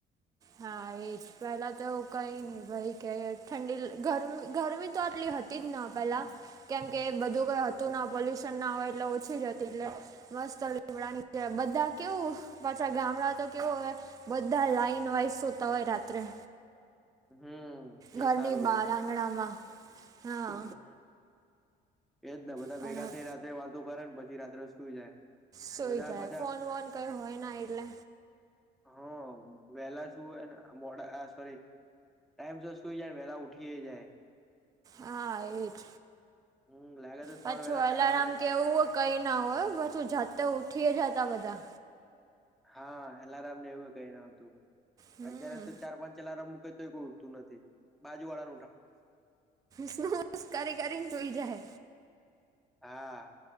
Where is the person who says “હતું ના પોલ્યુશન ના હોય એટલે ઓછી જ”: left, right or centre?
Right